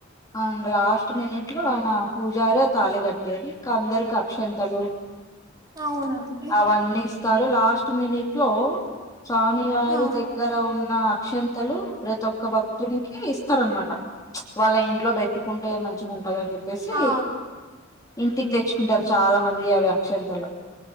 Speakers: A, on the left; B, on the right.
A: అ లాస్ట్ మినిట్లో అలా పూజార ఆ తాలి కట్టేది ఇకా అందరికి అక్షంతలు
B: అవునా అండి
A: అవన్నీ కరు లాస్ట్ మినిట్ ఇంట్లో స్వామి వారి
B: ఆ
A: దగ్గర ఉన్న అక్షంతలు ప్రతి ఒక్క భక్తునికి ఇస్తారనమాట వాళ్ళ ఇంట్లో పెట్టుకుంటే మంచిగా ఉంటంద అని చెప్పేసి
B: ఆ
A: ఇంటికి తెచ్చు కుంటారు చాలా మంది అవి అక్షంతలో